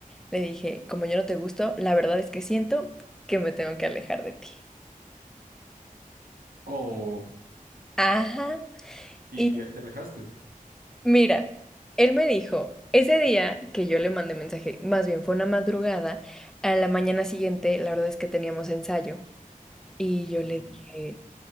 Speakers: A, in the centre; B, on the right (about 80°).
A: Le dije, como yo no te gusto, la verdad es que siento que me tengo que alejar de ti.
B: O,
A: Ajá.
B: y
A: Y
B: eh, te alejaste.
A: mira, él me dijo, ese día que yo le mandé mensaje, más bien fue una madrugada, a la mañana siguiente, la verdad es que teníamos ensayo. Y yo le
B: Ujú.
A: dije,